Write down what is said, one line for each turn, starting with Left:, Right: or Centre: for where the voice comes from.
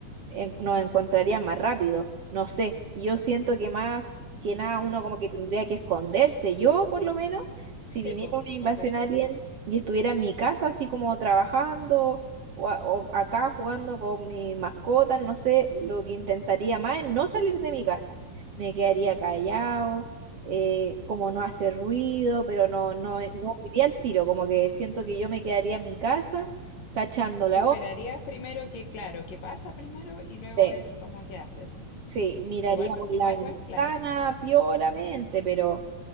Right: en- nos encontrarían más rápido. No sé, yo siento que más que nada uno como que tendría que esconderse. Yo, por lo menos, si
Left: Sí,
Right: viniera
Left: pues,
Right: una
Left: esconderse.
Right: invasión alien y estuviera en mi casa así como trabajando o, a- o acá jugando con mi mascota, no sé, lo que intentaría más es no salir de mi casa. Me quedaría callado eh, como no hacer ruido, pero no, no, no iría al tiro, como que siento que yo me quedaría en mi casa cachando la
Left: Esperarías
Right: onda.
Left: primero que, claro, que pasa primero y luego
Right: Sí,
Left: ves cómo qué haces.
Right: sí, miraría
Left: Igual,
Right: por
Left: igual
Right: la ventana
Left: buen plan.
Right: pioramente, pero